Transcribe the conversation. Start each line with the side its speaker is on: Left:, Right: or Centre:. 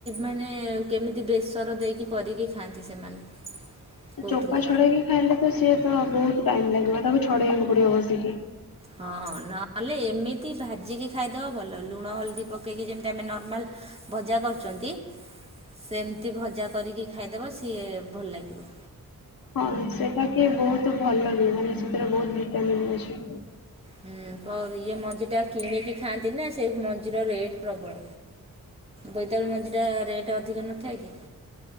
Right: ମାନେ କେମିତି ବେସର ଦେଇକି କରିକି ଖାଆନ୍ତି ସେମାନେ। କହୁଥିଲେ।
Left: ଚୋପା ଛଡେଇକି ଖାଇଲେ ତ ସିଏ ତ ବହୁତ ଟାଇମ ଲାଗିବ ତାକୁ ଛଡେଇବାକୁ ପଡିବ ବସିକି।
Right: ହଁ ନହେଲେ ଏମିତି ଭାଜିକି ଖାଇଦବା ଭଲ ଲୁଣ ହଳଦୀ ପକେଇକି ଯେମିତି ଆମେ ନର୍ମାଲ ଭଜା କରୁଛନ୍ତି ସେମିତି ଭଜା କରିକି ଖାଇଦେବ ସିଏ ଭଲ ଲାଗିବ।
Left: ହଁ ସେଟା କି ବହୁତ ଭଲ ବି ମାନେ ସେଥିରେ ବହୁତ ଭିଟାମିନ୍ ଅଛି।
Right: ହୁଁ ପର ଇଏ ମଞ୍ଜି ଟା କିଣିକି ଖାଆନ୍ତି ନା ସେଇ ମଞ୍ଜିର ରେଟ୍ ପ୍ରବଳ। ବୋଇତାଳୁ ମଞ୍ଜିଟା ରେଟ୍ ଅଧିକ ନଥାଏ କି।